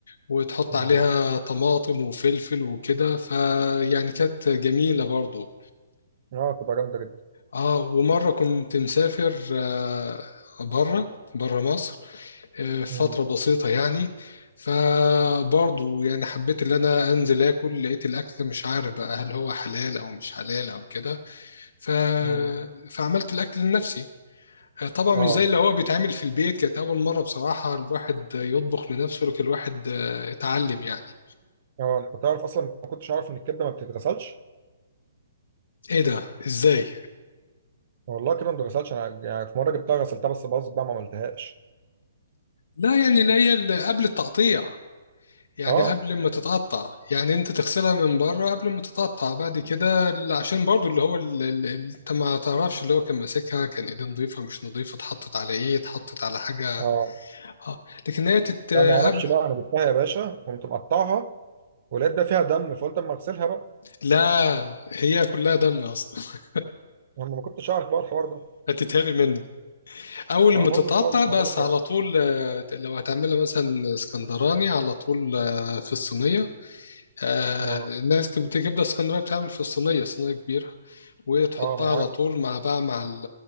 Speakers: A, on the left (about 65°); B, on the right (about 35°).
A: وتحط
B: مم.
A: عليها طماطم وفلفل وكده فيعني كانت جميله برضو
B: اه تبقى جامده جدا
A: اه ومرة كنت مسافر آه بره بره مصر آه فترة
B: مم.
A: بسيطة يعني فبرضو يعني حبيت ان انا انزل اكل لقيت الاكل مش عارف بقى هل هو حلال او مش حلال او كده ف...
B: مم.
A: فعملت الاكل لنفسي آه طبعا
B: اه
A: مش زي اللي هو بيتعمل في البيت كانت اول مرة بصراحة الواحد يطبخ لنفسه لكن الواحد آه اتعلم يعني
B: اه انت تعرف اصلا ما كنتش عارف ان الكبده ما بتتغسلش
A: ايه ده ازاي
B: والله الكبده ما بتتغسلش انا يعني في مره جبتها غسلتها بس باظت بقى ما عملتهاش
A: لا يعني اللي هي اللي قبل التقطيع يعني
B: اه
A: قبل ما تتقطع يعني انت تغسلها من بره قبل ما تتقطع بعد كده ال- عشان برضو اللي هو ال- ال- ال- انت ما تعرفش اللي هو كان ماسكها كان ايديه نظيفة مش نظيفة اتحطت على ايه اتحطت على حاجة
B: اه
A: اه لكن هي تت
B: لا ما اعرفش
A: قبل
B: بقى انا جبتها يا باشا قمت مقطعها ولقيت ده فيها دم فقلت اما اغسلها بقى
A: لا هي كلها دم اصلا
B: انا ما كنتش عارف بقى الحوار ده
A: <laughs> هتتهري منك اول
B: اه
A: ما
B: باظت
A: تتقطع
B: خالص
A: بس
B: ما بقول لك
A: على
B: يعني
A: طول آه، لو هتعملها مثلا اسكندراني على طول آه، في الصينية آه
B: اه
A: الناس كانت بتجيب لها اسكندريه بتعمل في الصينيه صينيه كبيره وتحطها
B: اه ما انا
A: على
B: عارف
A: طول مع بقى مع ال